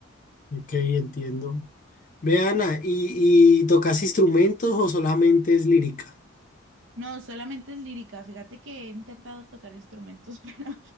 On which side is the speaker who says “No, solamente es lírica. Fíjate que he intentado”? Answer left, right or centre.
Right